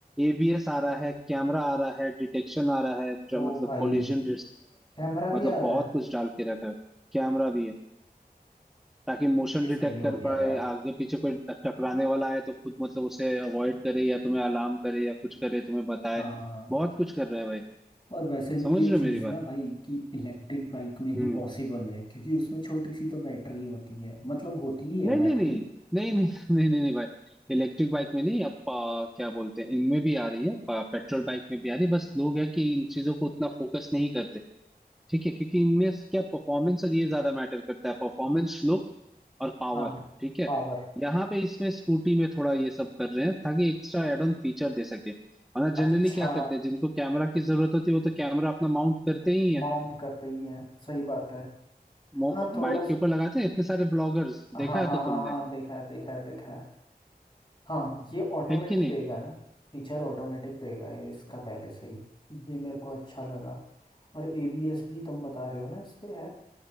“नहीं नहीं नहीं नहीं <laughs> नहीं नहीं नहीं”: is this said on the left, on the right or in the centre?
Centre